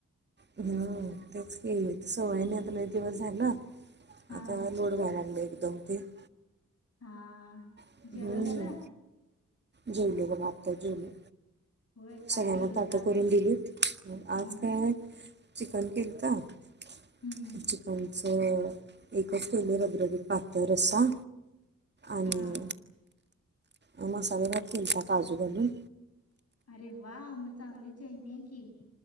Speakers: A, on the right; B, on the left.
A: हम्मं तेच की सवय नाही आता लय जेवण झालं
B: हा
A: आता लोड व्हायला <unintelligible>
B: हा
A: हम्म
B: जेवण झालं?
A: जेवलो बघा आत्ताच जेवलो.
B: होय काय
A: सगळ्यांना
B: केलेलंस
A: फोटो
B: आज
A: करून दिलीत
B: हा
A: आज काय आहे चिकन केलंत
B: हम्म
A: <unintelligible> स एकच पहिले रबरबीत पातळ रस्सा आणि
B: हा
A: ओ मसाला भात केलता काजू घालून
B: अरे वा मग चांगली च चैनी आहे की